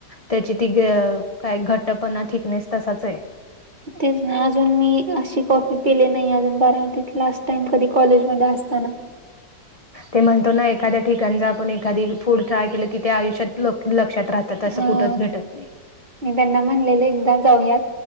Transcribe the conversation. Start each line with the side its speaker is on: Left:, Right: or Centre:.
Left: त्याची ती काय घट्टपणा थिकनेस तसाचंय.
Right: तेच ना अजून मी अशी कॉफी पिली नाही अजून बारामतीत लास्ट टाइम कधी कॉलेजमध्ये असताना.
Left: ते म्हणतो ना एखाद्या ठिकाणी जर आपण एखादी फूड ट्राय केलं, की ते आयुष्यात लक्षात राहतात असं
Right: हा
Left: कुठंच भेटत नाही.
Right: मी त्यांना म्हणलेले एकदा जाऊयात.